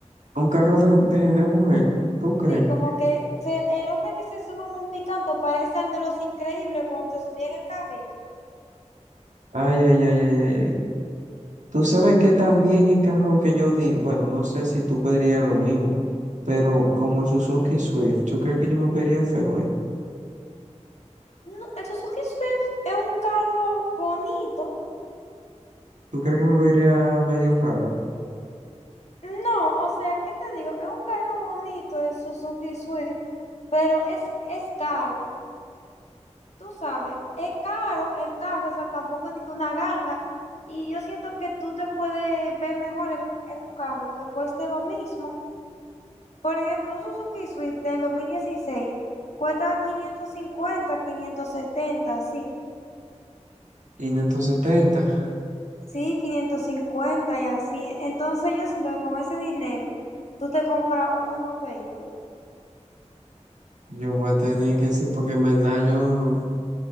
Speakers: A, on the right (about 85°); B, on the left (about 65°).
A: Un carro de, de, de mujer, ¿tú crees?
B: Sí, como Mm. que se- el hombre que se sube en un picanto parece al de los increíbles cuando se subía en el carrito.
A: Ay, ay, ay, ay, ay, ay. Tú sabes que también el carro que yo digo, bueno, no sé si tú pedirías lo mismo, pero como Suzuki Swift, ¿tú crees que yo me vería feo ahí?
B: No, el Suzuki Swift es un carro bonito.
A: ¿Tú crees que me vería medio raro?
B: No, o sea, ¿qué te digo? Es un carro bonito el Suzuki Swift, pero es, es caro, tú sabes, es caro el carro, o sea, tampoco es de que una ganga. Y yo siento que tú te puedes ver mejor en un, en un carro que cueste lo mismo. Por ejemplo, un Suzuki Swift del 2016 cuesta quinientos cincuenta quinientos setenta sí.
A: quinientos setenta
B: Sí, 550 y así. Entonces yo siento que con ese dinero tú te compras un mejor vehículo.
A: Yo voy a tener que decir, porque en verdad yo no.